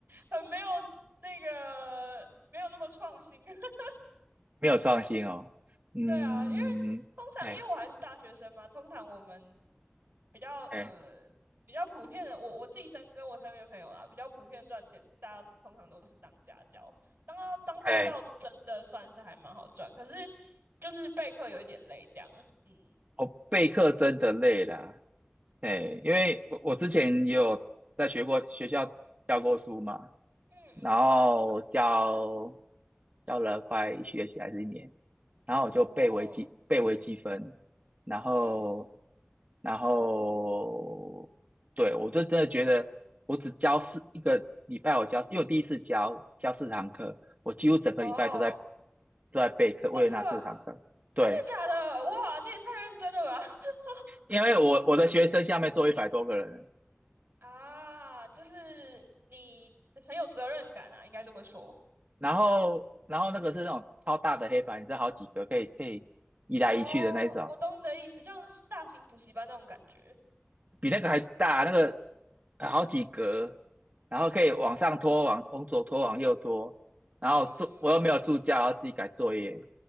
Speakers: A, on the right (about 60°); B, on the right (about 40°).
A: 很没有那个没有那么创新。<laughs>
B: 没有创新哦，嗯，
A: 对啊，因为通常因为我还是大学生嘛，
B: 哎
A: 通常我们比较呃比较普遍的，
B: 哎
A: 我我自己身跟我身边的朋友啦，比较普遍赚钱，大家通常都是当家教。当啊当家教真的算是还蛮好赚，
B: 哎，
A: 可是就是备课有一点累这样啊。嗯，
B: 我备课真的累了，哎，因为我我之前也有在学过学校教过书嘛，
A: 嗯嗯嗯，
B: 然后教教了快一学期还是一年，然后我就背微积背微积分，
A: 哦，
B: 然后
A: 嗯
B: 然后对我就真的觉得我只教四一个礼拜，我教因为我第一次教教四堂课，我几乎整个礼拜都在
A: 哦，
B: 都在备课，为了那四堂课。
A: 备课真
B: 对，
A: 的假的？哇，你也太认真了吧！<laughs>
B: 因为我我的学生下面坐一百多个人，
A: 啊，就是你很有责任感啊，应该这么说。
B: 然后然后那个是那种超大的黑板，你知道好几个可以可以移来移去的那一种。
A: 哦，我懂你的意思，就像是大型补习班那种感觉。
B: 比那个还大，那个呃好几格，然后可以往上拖，
A: 嗯
B: 往往左拖，往右拖，然后做我又没有助教，
A: 嗯嗯，
B: 要自己改作业。